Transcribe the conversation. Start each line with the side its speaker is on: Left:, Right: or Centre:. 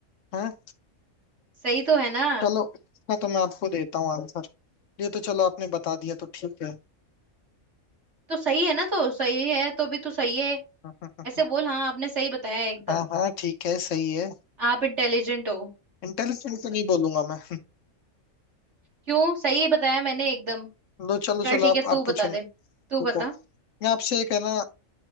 Left: है
Right: सही तो है ना
Left: चलो इसका तो मैं आपको देता हूँ आंसर ये तो चलो आपने बता दिया तो ठीक है
Right: तो सही है ना तो सही है तो भी तू सही है
Left: <laughs>
Right: ऐसे बोल हाँ आपने सही बताया है एकदम
Left: हाँ हाँ ठीक है सही है
Right: आप इंटेलिजेंट हो
Left: इंटेलिजेंट तो नहीं बोलूंगा मैं
Right: क्यों सही बताया मैंने एकदम
Left: <laughs> लो चलो
Right: चल
Left: चलो
Right: ठीक
Left: आप
Right: है
Left: आप
Right: तू
Left: पूछो
Right: बता
Left: ना
Right: दे तू
Left: रुको
Right: बता
Left: मैं आपसे एक है ना